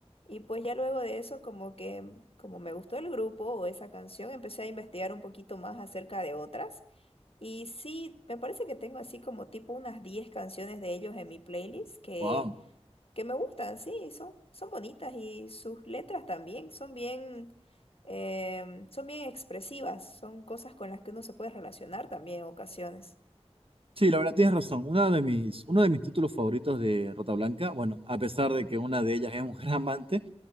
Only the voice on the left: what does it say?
Y pues ya luego de eso, como que como me gustó el grupo o esa canción, empecé a investigar un poquito más acerca de otras. Y sí, me parece que tengo así como tipo unas 10 canciones de ellos en mi playlist que,
que me gustan, sí, son, son bonitas y sus letras también son bien, em, son bien expresivas, son cosas con las que uno se puede relacionar también en ocasiones.